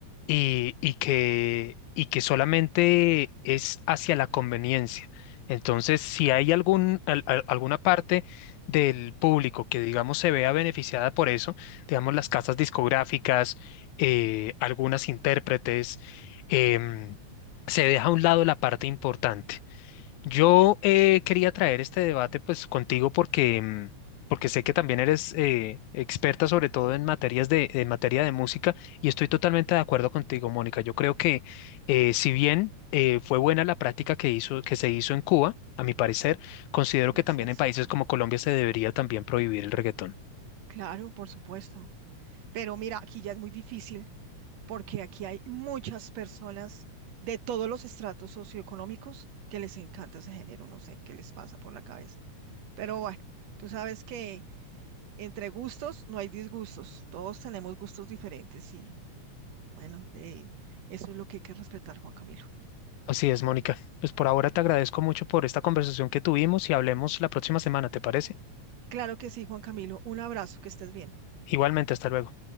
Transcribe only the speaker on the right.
Sí,
así
es.
Claro, por supuesto. Pero mira, aquí ya es muy difícil porque aquí hay muchas personas de todos los estratos socioeconómicos que les encanta ese género. No sé qué les pasa por la cabeza. Pero bueno, tú sabes que entre gustos no hay disgustos. Todos tenemos gustos diferentes y bueno, eh, eso es lo que hay que respetar, Juan Camilo.
Claro que sí, Juan Camilo. Un abrazo, que estés bien.